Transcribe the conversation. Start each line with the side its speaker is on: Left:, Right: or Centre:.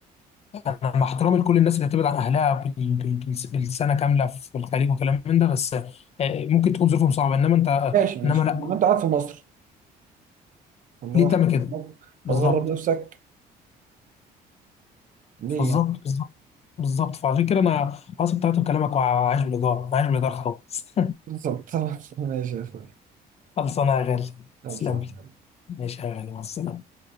Left: انا مع احترامي لكل الناس اللي بتبعد عن اهلها بال- بال- بال- بالسنه كامله في الخليج وكلام من ده بس آه، ممكن تكون ظروفهم صعبه انما انت
Right: ماشي ماشي
Left: انما لا
Right: ما انت قاعد في مصر اللي
Left: ليه
Right: هو
Left: تعمل
Right: حاجة في
Left: كده
Right: مصر،
Left: بالظبط
Right: هتغرب نفسك ليه
Left: بالظبط
Right: يعني
Left: بالظبط بالظبط فعشان كده انا اصلا بتاعت كلامك وعايش بالايجار عايش بالايجار خالص
Right: بالظبط <laughs> ماشي يا اخوي
Left: <laughs> خلصانه يا غالي
Right: خلصان.
Left: تسلم لي ماشي يا غالي مع السلامه